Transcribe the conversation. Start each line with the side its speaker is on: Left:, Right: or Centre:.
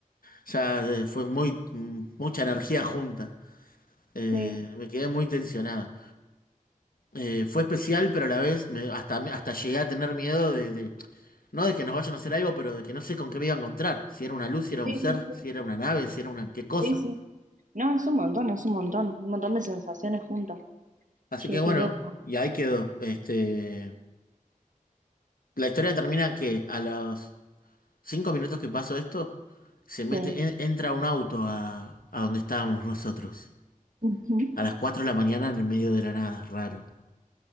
Left: ya eh, fue muy, mm, mucha energía junta, eh,
Right: Sí.
Left: me quedé muy tensionado. Eh, fue especial, pero a la vez me- hasta, hasta llegué a tener miedo de, de- no de que nos vayan a hacer algo, pero de que no sé con qué me iba a encontrar, si era una luz, si era
Right: Sí,
Left: un ser,
Right: sí, sí.
Left: si era una nave, si era una qué cosa.
Right: Sí, sí. No, es un montón, es un montón. Un montón de sensaciones juntas.
Left: Así
Right: Che,
Left: que bueno,
Right: qué loco.
Left: y ahí quedó, este, la historia termina que a los Cinco minutos que pasó esto, se mete,
Right: Sí.
Left: en- entra un auto a, a donde estábamos nosotros.
Right: Ujú.
Left: A las 4 de la mañana en el medio de la nada, raro.